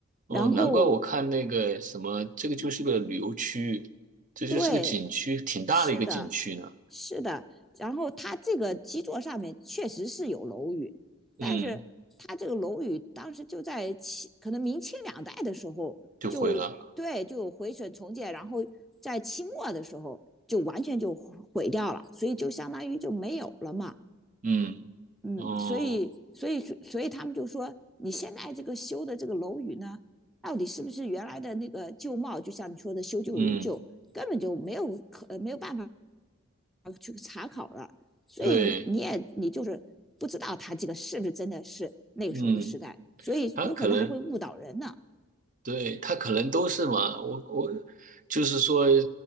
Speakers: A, on the right; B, in the centre.
A: 哦，
B: 然后
A: 难怪我看那个什么，这个就是个旅游区域，这就是个景区，
B: 对，
A: 挺大的一个景区呢。
B: 是的，是的。然后它这个基座上面确实是有楼宇，
A: 嗯，
B: 但是它这个楼宇当时就在清，可能明清两代的时候就对就毁损重建，
A: 就毁了。
B: 然后在清末的时候就完全就毁毁掉了，所以就相当于就没有了嘛。
A: 嗯，
B: 嗯，
A: 哦，
B: 所以，所以，所以他们就说，你现在这个修的这个楼宇呢，到底是不是原来的那个旧貌？就像你说的，修旧如旧，
A: 嗯，
B: 根本就没有可呃没有办法去查考了。所以你也你就是不知道他这个是不是真的是那个时候的时代，
A: 对，嗯，
B: 所以有可能还会误导人呢。
A: 它可能对，他可能都是嘛，我我就是说，呃